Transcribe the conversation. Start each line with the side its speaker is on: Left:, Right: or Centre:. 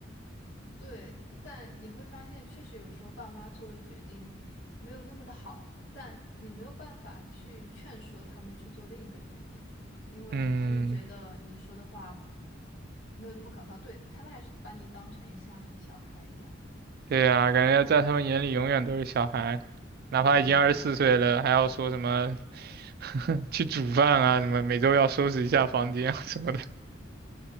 Left: 对，但你会发现，确实有时候爸妈做的决定没有那么的好，但你没有办法去劝说他们去做另一个决定，因为他们觉得你说的话
Right: 嗯，
Left: 没有那么可靠，对，他们还是把你当成像一个小孩一样。
Right: 对呀，感觉在他们眼里永远都是小孩，哪怕已经二十四岁了，
Left: 嗯，
Right: 还要说什么 <laughs> 去煮饭啊，什么每周要收拾一下房间啊什么的，